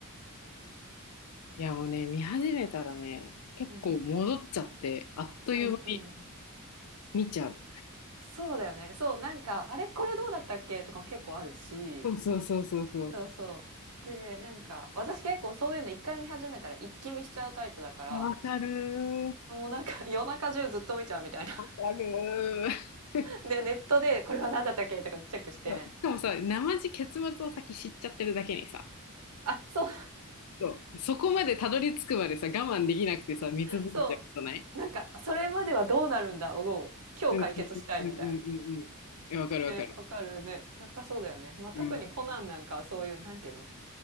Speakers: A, on the left (about 80°); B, on the right (about 80°).
A: いやもうね、見始めたらね、結構戻っちゃって、
B: うん、
A: あっという間に
B: うん、うん
A: 見ちゃう。
B: そうだよねそうなんかあれこれどうだったっけとかも結構あるし
A: そうそうそうそうそう。
B: そうそうでなんか私結構そういうの一回見始めたら一気見しちゃうタイプだから
A: いや、わかるー。
B: もうなんか夜中中ずっと見ちゃうみたいな
A: わかるー。
B: でネットでこれは何だったっけとかチェックして
A: <laughs> そうしかもさ、生地結末を先知っちゃってるだけにさ、
B: あそう
A: そう、そこまでたどり着くまでさ、我慢できなくてさ、見続けちゃうことない
B: そう。なんか、それまではどうなるんだ、を今日解決したいみたいな。
A: うんうんうんうんうんうん。いや、わかるわかる。
B: ね、わかるね。やっぱそうだよね。まあ、特にコナンなんかはそういう、
A: うん。
B: なんていうの、